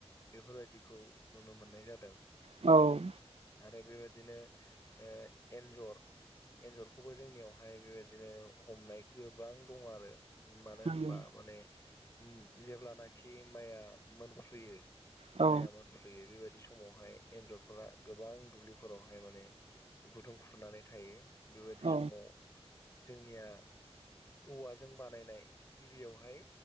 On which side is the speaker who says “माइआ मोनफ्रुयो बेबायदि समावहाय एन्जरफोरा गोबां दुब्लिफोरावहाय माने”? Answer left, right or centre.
Left